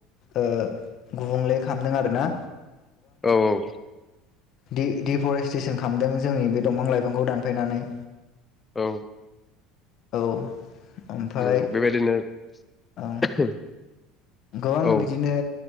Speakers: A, on the left; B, on the left.
A: ओ गुबुंले खालामदों आरो ना
B: औ औ
A: दि दिफरेस्ट्रेसन खालामदों जोंनि बे दंफां लाइफांखौ दानफैनानै
B: औ
A: औ ओमफ्राय
B: उम बेबायदिनो
A: ओं
B: <unintelligible>
A: गोबां
B: औ
A: बिदिनो